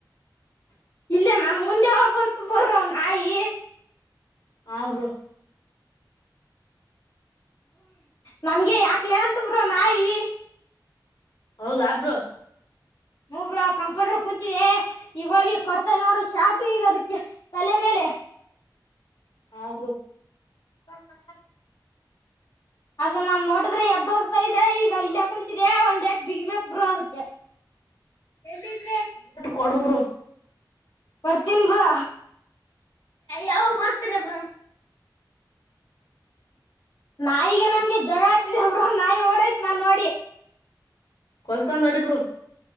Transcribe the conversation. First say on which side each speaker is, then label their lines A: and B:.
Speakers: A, on the left (about 65°); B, on the left (about 85°).
A: ಇಲ್ಲೇ ನಮ ಮುಂದೆ ಹೋಗಬಂತು ಬರ ನಾಯಿ
B: ಹಾ ಬ್ರೋ
A: ನನ್ಗೆ ಯಾಕ್ಲೆ ಅಂತ ಬ್ರರು ನಾಯಿ
B: ಹೌದಾಬ್ರು
A: ಹಬರು ಕಂಪಂಡ್ರ ಕುೂಂತಿದೆ ಈಗ ಹೋಗಿ ಕೊಡ್ತಾ ನೋಡು ಶಾರ್ಟ್ ಈಗ ಅದಕ್ಕೆ ತಲೆ ಮೇಲೆ
B: ಹಾ ಬ್ರೋ <inaudible>
A: ಅದು ನಮ್ ನೋಡಿದ್ರೆ ಎದ್ದ ಹೋಗತಾ ಇದ ಈಗ ಈಗ ಇಲ್ಲ ಕುಂತಿದ್ಯಾ ಒಂದ್ ಎ ಬಿಗ್ಬೇಕಕ್ ಬರೋ ಅದಕ್ಕೆ ಎಲ್ಲಿದ್ರೆ
B: ಕೊಡುಬ್ರ
A: ಬರ್ತೀನ್ ಬ್ರಾ ಯಾವಾಗ ಬರ್ತೀರ ಬ್ರಾ ನಾಯಗ ನನ್ಗೆ ಜಗ ಆತಿದಬ್ರ ನಾಯಿ ಓಡಾಯ್ತ್ ನಾನೋ
B: ಕೊಲ್ತಂದ ಅಡಿ ಬರು